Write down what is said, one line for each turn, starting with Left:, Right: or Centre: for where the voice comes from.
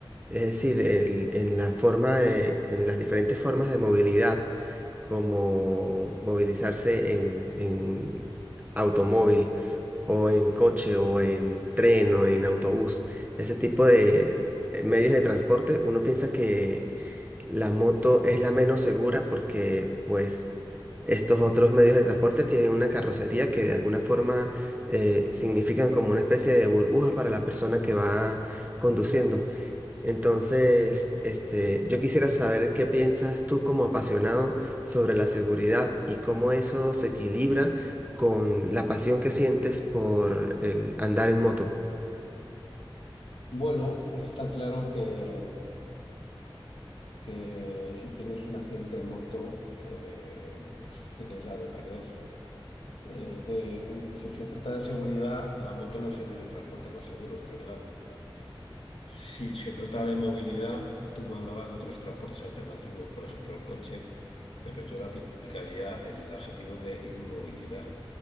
Right: es decir, el- en la forma de, en las diferentes formas de movilidad, como movilizarse en, en automóvil o en coche o en tren o en autobús, ese tipo de eh, medios de transporte, uno piensa que la moto es la menos segura porque pues estos otros medios de transporte tienen una carrocería que de alguna forma eh, significan como una especie de burbuja para la persona que va conduciendo. Entonces, este, yo quisiera saber qué piensas tú como apasionado sobre la seguridad y cómo eso se equilibra con la pasión que sientes por el andar en moto.
Left: Bueno, está claro que que si tienes un accidente en moto, eh, pues tienes la de perder. Eh, de un- si se trata de seguridad, la moto no es el medio de transporte más seguro, está claro. Si se trata de movilidad, tú me hablabas de otros transportes alternativos, por ejemplo el coche, pero yo le aplicaría el adjetivo de inmovilidad,